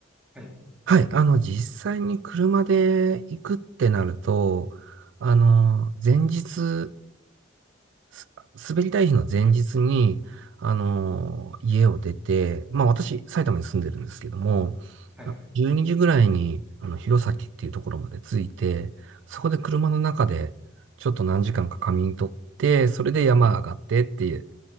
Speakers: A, in the centre; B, on the right.
A: はい、
B: はい。あの、実際に車で行くってなると、あの、前日、す滑りたい日の前日に、あの、家を出て、まあ私、埼玉に住んでるんですけども、
A: はい、はい。
B: 12時ぐらいに、あの、弘前っていうところまで着いて、そこで車の中で、ちょっと何時間か仮眠取って、それで山上がってっていう